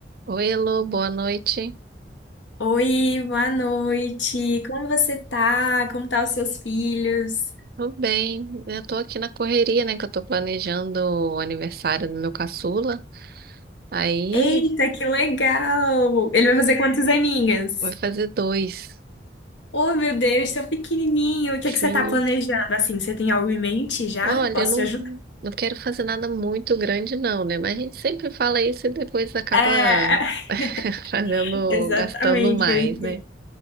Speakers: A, on the right; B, on the left.
A: Oi, Elô, boa noite.
B: Oi, boa noite. Como você tá? Como tá os seus filhos?
A: Tudo bem? Eu tô aqui na correria, né? Que eu tô planejando o aniversário do meu caçula. Aí
B: Eita, que legal! Ele vai fazer quantos aninhos?
A: vai fazer dois.
B: Oh, meu Deus, tão pequenininho. O que
A: Sim.
B: é que você tá planejando? Assim, você tem algo em mente já?
A: Olha,
B: Posso
A: eu não,
B: te ajudar?
A: não quero fazer nada muito grande, não, né? Mas a gente sempre fala isso e depois acaba
B: É,
A: <laughs> fazendo,
B: <laughs> exatamente,
A: gastando mais,
B: eu entendo.
A: né?